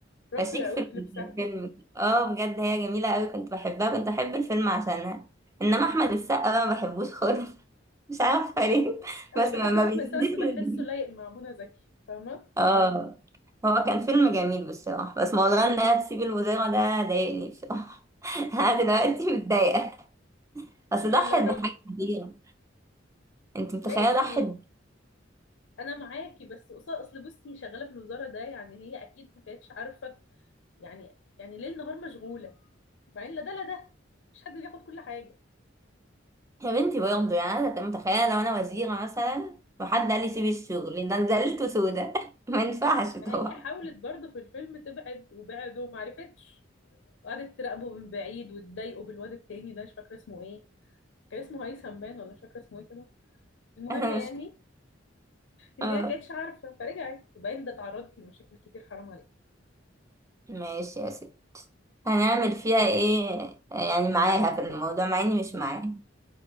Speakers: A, on the left; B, on the right.
A: راقية
B: فشيك
A: قوي
B: في الفيلم
A: في لبسها
B: اه بجد هي جميلة قوي كنت بحبها كنت بحب الفيلم عشانها انما احمد السقا بقى ما بحبوش خالص <laughs> مش عارفة ليه
A: انا
B: بس ما,
A: بحبش
B: ما
A: احمد
B: بينزلش
A: سعد بس بحسه
B: من-
A: لايق مع منى زكي فاهمة
B: اه هو كان فيلم جميل بصراحة بس موضوع انها تسيب الوزارة ده ضايقني بصراحة <laughs> انا دلوقتي متضايقة اصل
A: قولي
B: ضحت
A: الله يا رب
B: بحاجة كبيرة انت متخيلة
A: ماشي
B: ضحت
A: انا معاكي بس قصاد اصل بصي شغاله في الوزاره ده يعني هي اكيد ما كانتش عارفه يعني يعني ليل نهار مشغوله بعدين لا ده لا ده مش حد بياخد كل حاجه
B: يا بنتي برضه يعني انا متخيله لو انا وزيره مثلا وحد قال لي سيبي الشغل ده أنا زعلت سودا <laughs> ما ينفعش طبعا
A: ما هي حاولت برضه في الفيلم تبعد وبعد وما عرفتش وقعدت تراقبه من بعيد وتضايقه بالواد التاني ده مش فاكره اسمه ايه كان اسمه هيثم باين ولا مش فاكره اسمه ايه كده
B: <laughs>
A: المهم
B: مش
A: يعني ان
B: اه
A: هي كانتش عارفه فرجعت وبعدين ده اتعرضت لمشاكل كتير حرام عليك
B: ماشي يا سيدي هنعمل فيها ايه يعني معاها في الموضوع مع اني مش معاها